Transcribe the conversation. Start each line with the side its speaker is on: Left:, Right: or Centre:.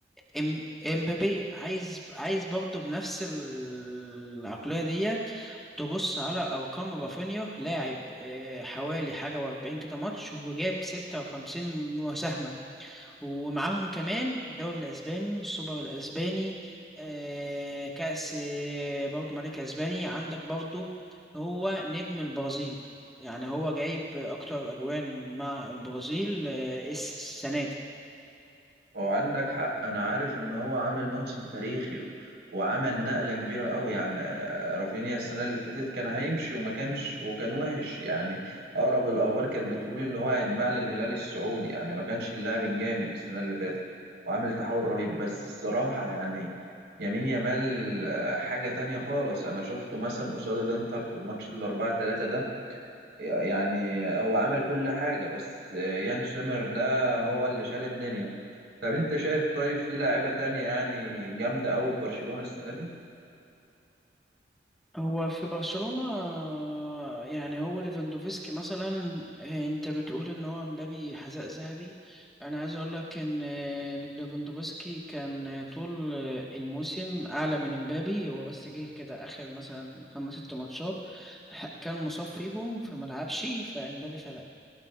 Centre: ام- امبابي عايز عايز برضو بنفس العقلية ديت تبص على أرقام رافينيا لاعب آه، حوالي حاجة وأربعين كده ماتش وجاب ستة وخمسين مساهمة ومعاهم كمان الدوري الاسباني السوبر الاسباني آه كأس آه، برضو ملك اسباني عندك برضو هو نجم البرازيل يعني هو جايب اكتر اجوان مع البرازيل آه السنة دي
Right: هو عندك حق انا عارف ان هو عامل موسم تاريخي و... وعمل نقلة كبيرة قوي يعني آه، رافينيا السنة اللي فاتت كان هيمشي وما كانش وكان وحش يعني اقرب الاخبار كانت بتقول ان هو هيتباع للهلال السعودي يعني ما كانش اللاعب الجامد السنة اللي فاتت وعامل تحول رهيب بس الصراحة يعني يمين يامال آه، حاجة تانية خالص انا شفته مثلا قصاد الانتر في الماتش الاربعة تلاتة ده يعني هو عمل كل حاجة بس يان سومر ده هو اللي شال الدنيا طب انت شايف طيب في لاعيبة تانية يعني جامدة أوي في برشلونة السنة دي
Centre: هو في برشلونة آه، يعني هو ليفاندوفسكي مثلا آه، انت بتقول ان هو مبابي حذاء ذهبي انا عايز اقول لك ان آه، ليفاندوفسكي كان آه، طول آه، الموسم اعلى من مبابي هو بس جه كده اخر مثلا خمس ست ماتشات ح- كان مصاب فيهم فما لعبش فمبابي فلا